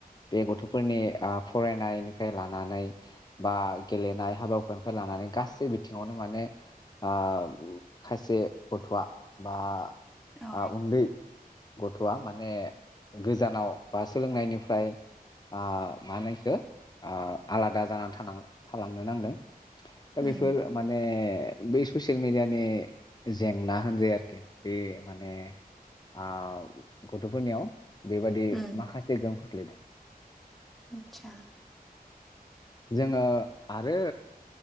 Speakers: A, on the left; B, in the centre.
A: बे गथ'फोरनि आ फरायनायनिफ्राय लानानै बा गेलेनाय हाबा हु खानिफ्राय लानानै गासै बिथिङावनो माने ओ खायसे गथ'आ बा
B: औ
A: ओ उन्दै गथ'वा माने गोजानाव बा सोलोंनायनिफ्राय ओ माहोनो एखौ आलादा जानानै थां थालांनो नांदों दा
B: उम
A: बेफोर माने बे ससियेल मेडियानि जेंना होनजायो आरोखि बे माने आ गथ'फोरनियाव बेबादि
B: उम
A: माखासे गो गोग्लैदों
B: आतसा
A: जोङो आरो